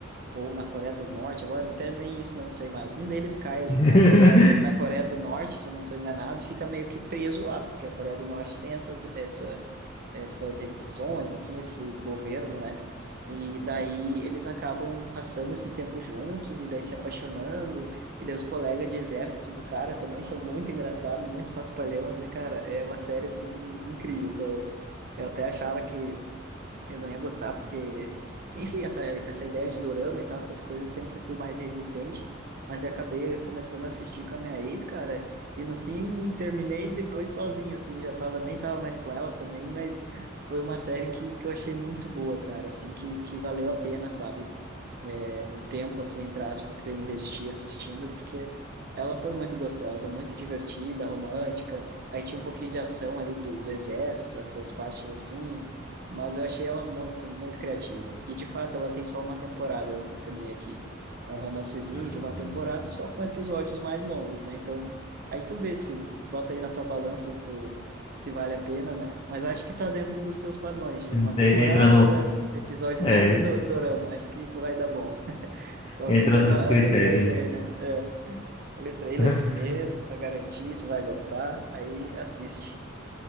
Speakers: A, on the right; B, on the left.
A: ou na Coreia do Norte, agora até nem isso não sei mais. Um deles cai
B: <laughs>
A: na Coreia, na Coreia do Norte, se eu não estou enganado, e fica meio que preso lá, porque a Coreia do Norte tem essas, essa, essas restrições, enfim, esse governo, né? E daí eles acabam passando esse tempo juntos e daí se apaixonando. E daí os colegas de exército do cara também são muito engraçados, muito paspalhão, assim, cara, é uma série assim incrível. que eu- eu até achava que eu não ia gostar, porque, enfim, essa, essa ideia de dorama e tal, essas coisas, sempre fui mais resistente, mas daí acabei começando a assistir com a minha ex, cara, e no fim terminei depois sozinho, assim, já tava, nem tava mais com ela também, mas foi uma série que, que eu achei muito boa, cara, assim, que, que valeu a pena, sabe? é, o tempo, assim, entre aspas, que eu investi assistindo, porque ela foi muito gostosa, muito divertida, romântica. Aí tinha um pouquinho de ação ali do, do exército, essas partes assim, mas eu achei ela muito, muito criativa. E de fato, ela tem só uma temporada, eu confirmei aqui. É um romancezinho
B: Caramba.
A: de uma temporada, só com episódios mais longos, né? Então, aí tu vê se, bota aí na tua balança se tu. Se vale a pena, né? Mas acho que tá dentro dos teus padrões de
B: De-
A: uma temporada,
B: Entra no,
A: episódio
B: é,
A: longo e do dorama. Acho que isso vai dar bom. Qualquer
B: entra
A: coisa,
B: nos critérios.
A: olha o trailer, né? É, olha o trailer
B: <laughs>
A: primeiro, pra garantir se vai gostar, aí assiste.